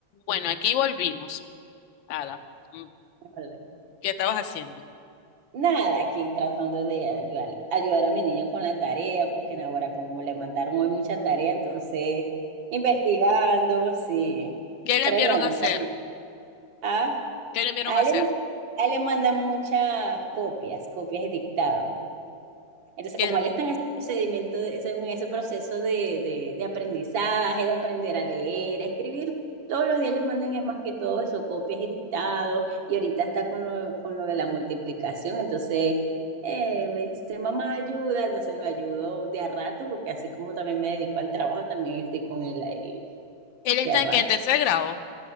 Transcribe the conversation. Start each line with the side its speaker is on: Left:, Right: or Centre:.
Left: Bueno, aquí volvimos, Ada. Mm,
Right: Vale.
Left: ¿Qué estabas haciendo?
Right: Nada, aquí tratando de ayudar, ayudar a mi niño con la tarea, porque en ahora como le mandaron hoy mucha tarea, entonces investigando, sí.
Left: ¿Qué le
Right: Pero
Left: enviaron
Right: no, ya
Left: a hacer?
Right: terminé. Ah,
Left: ¿Qué le enviaron
Right: a
Left: a
Right: él,
Left: hacer?
Right: le ma- a él le mandan muchas copias, copias de dictado. Entonces,
Left: ¿Qué-
Right: como él está en ese procedimiento, de- ese- en ese proceso de, de- de aprendizaje, de aprender a leer, a escribir, todos los días le mandan es más que todo eso, copias y dictados, y ahorita está con lo, con lo de la multiplicación, entonces eh, me dice, mamá, ayuda, entonces lo ayudo de a rato, porque así como también me dedico al trabajo, también estoy con él ahí
Left: ¿Él está
Right: de a rato.
Left: en qué? ¿En tercer grado?